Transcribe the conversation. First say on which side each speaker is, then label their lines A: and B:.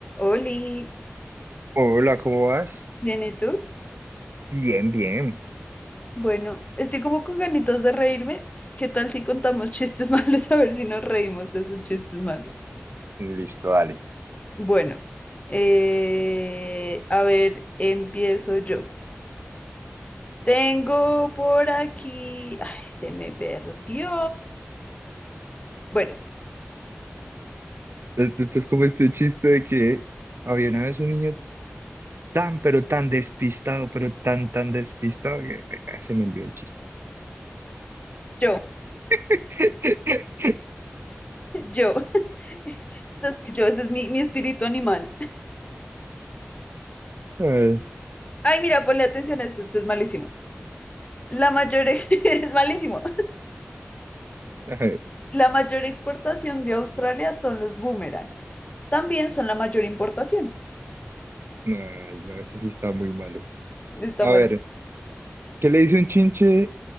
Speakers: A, on the left; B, on the right.
A: Oli,
B: Hola, ¿cómo vas?
A: Bien, ¿y tú?
B: Bien, bien.
A: Bueno, estoy como con ganitas de reírme. ¿Qué tal si contamos chistes malos? <laughs> A ver si nos reímos de esos chistes malos.
B: Listo, dale.
A: Bueno, eh, a ver, empiezo yo. Tengo por aquí. Ay, se me perdió. Bueno,
B: Esto esto es como este chiste de que había una vez un niño tan, pero tan despistado, pero tan, tan despistado que ay, ay, se me olvidó el chiste.
A: yo,
B: <laughs>
A: yo. <laughs> Entonces, Yo, ese es mi, mi espíritu animal.
B: Ay,
A: Ay, mira, ponle atención a esto, esto es malísimo. La mayor ex- <laughs> es malísimo.
B: ay,
A: La mayor exportación de Australia son los boomerangs. También son la mayor importación.
B: ay, no, ese sí está muy malo.
A: Está
B: A
A: mal.
B: ver, ¿qué le dice un chinche